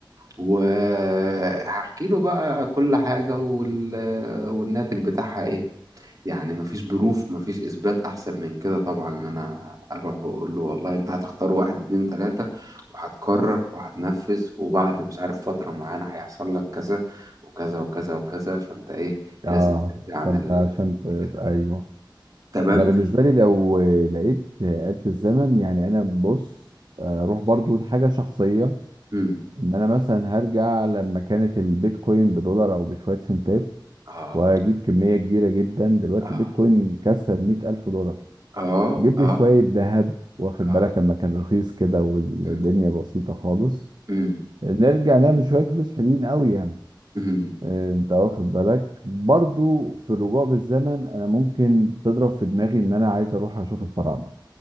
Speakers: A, on the right; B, on the right.
A: وهحكي له بقى كل حاجه وال... والناتج بتاعها ايه يعني مفيش بروف مفيش اثبات احسن من كده طبعا ان انا اروح واقول له والله انت هتختار واحد اتنين تلاتة وهتكرر وهتنفذ وبعد مش عارف فترة معينة هيحصل لك كذا وكذا وكذا وكذا فانت ايه
B: اه
A: لازم ترجع عن
B: فانت
A: ال-
B: عشان
A: الحاجات
B: ت- ايوه
A: دي تمام
B: انا بالنسبه لي لو لقيت آلة الزمن يعني انا بص آه، اروح برضو لحاجه شخصيه
A: مم.
B: ان انا مثلا هرجع لما كانت البيتكوين بدولار او بشويه سنتات
A: اه
B: واجيب كميه كبيره جدا دلوقتي
A: اه
B: البيتكوين كسر ال 100000 دولار
A: اه
B: جيب
A: اه
B: لي شويه ذهب واخد
A: اه
B: بالك لما كان رخيص كده والدنيا
A: مم.
B: بسيطه خالص
A: مم.
B: نرجع نعمل شوية فلوس حلوين قوي يعني
A: مم.
B: آه، انت واخد بالك برضو في الرجوع بالزمن انا ممكن تضرب في دماغي ان انا عايز اروح اشوف الفراعنة